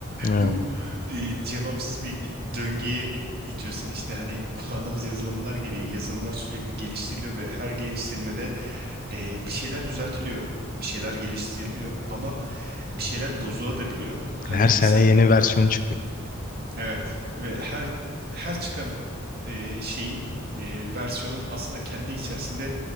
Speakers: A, on the left (about 40°); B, on the right (about 50°).
A: Evet.
B: bu e, cevapsız bir döngüye itiyor seni. işte hani kullandığımız yazılımlar gereği yazılımlar sürekli geliştiriliyor ve her geliştirmede e, bir şeyler düzeltiliyor, bir şeyler geliştiriliyor ama bir şeyler bozulabiliyor. Hani
A: Her sene
B: sen
A: yeni versiyon çıkıyor.
B: evet ve her her çıkan e, şeyin e, versiyonun aslında kendi içerisinde